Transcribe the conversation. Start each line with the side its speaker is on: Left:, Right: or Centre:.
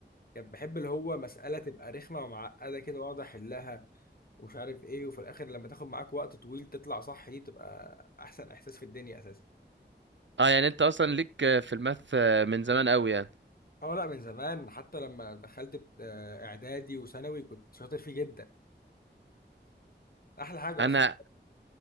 Left: كان بحب اللي هو مساله تبقى رخمه ومعقده كده واقعد احلها ومش عارف ايه وفي الاخر لما تاخد معاك وقت طويل تطلع صح دي بتبقى احسن احساس في الدنيا اساسا
Right: اه يعني انت اصلا ليك في الماث من زمان قوي يعني
Left: اه لا من زمان حتى لما دخلت آه، اعدادي وثانوي كنت شاطر فيه جدا احلى حاجه
Right: انا
Left: اصلا